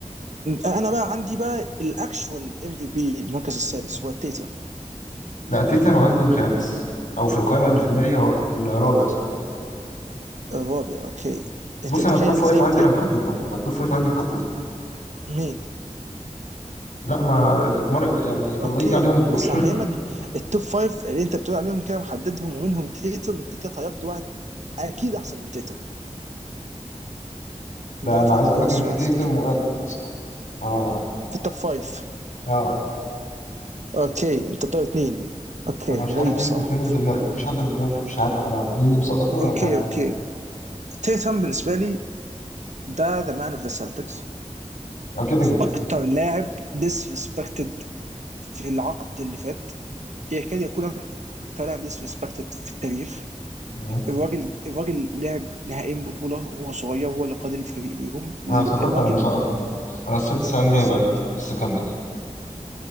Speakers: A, on the right (about 65°); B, on the left (about 75°).
A: انا بقى عندي بقى الاكشوال ام في بي المركز السادس هو تيتم
B: لا تيتم عندي الخامس او في القائمه اللي في دماغي هو الرابع سوري
A: الرابع اوكي انت
B: بص
A: متخيل
B: انا التوب
A: يعني
B: فايف
A: انت سايب
B: عندي انا محددهم انا التوب فايف عندي محددهم
A: مين
B: لا ما المره الج- يعني لما
A: اوكي
B: يجي عليهم الدور
A: بس
B: <laughs>
A: هفهمك التوب فايف اللي انت بتقول عليهم كده محددهم ومنهم تيتوم انت كده طيبت واحد اكيد احسن من تيتوم
B: ده
A: بقعد
B: انا
A: افكر
B: عايز اقول
A: فيها
B: لك
A: بس
B: ان
A: شوية
B: في تيتم
A: تفتكر
B: وانت اصلا هو
A: في التوب فايف
B: اه
A: اوكي انت طيب اتنين اوكي
B: انا مش
A: غريب
B: عارف مين
A: صح
B: الاثنين اللي في دماغي مفيش حد في دماغي مش عارف انا مين اللي مسقطه انا
A: اوكي
B: مش عارف
A: اوكي تيتوم بالنسبه لي ده ذا مان اوف ذا سلتكس
B: اه كده كده
A: اكتر لاعب ديسريسبكتد في العقد اللي فات يكاد يكون اكتر لاعب ديسريسبكتد في التاريخ
B: اه.
A: الراجل الراجل لعب نهائيين بطولة وهو صغير وهو اللي قاد الفريق ليهم
B: انا افتكرت
A: الراجل
B: انا مسقط مين انا السادس عندي
A: بالظبط
B: هيبقى لوكا بس كمل يعني